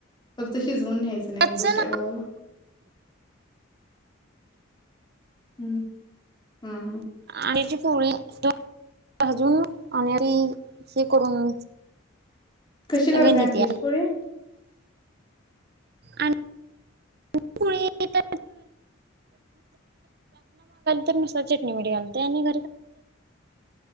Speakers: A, on the left; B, on the right.
A: फक्त शिजवून न्यायचं नाही
B: कच्चं
A: एक दुसऱ्या गावाला. हम्, हां-हां
B: आणेची पोळी <unintelligible> भाजून आण <unintelligible> हे करून
A: कशी करताय
B: गणित
A: अंड्याची पोळी?
B: आन् <unintelligible> मागायलीत तर नुसतं चटणी मिठ घालतोय आणि